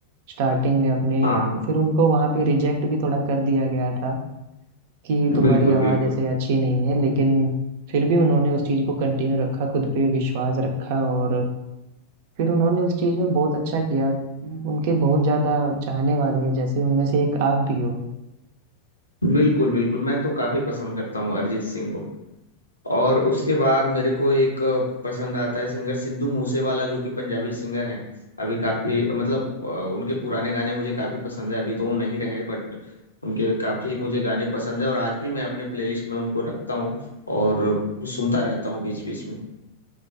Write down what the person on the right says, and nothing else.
स्टार्टिंग में अपने
फिर उनको वहां पे रिजेक्ट भी थोड़ा कर दिया गया था कि तुम्हारी
आवाज
ऐसे अच्छी नहीं है लेकिन फिर भी उन्होंने उस चीज को कंटिन्यू रखा खुद पे विश्वास रखा और फिर उन्होंने उस चीज में बहुत अच्छा किया उनके बहुत ज्यादा चाहने वाले हैं जैसे उनमें से एक आप भी हो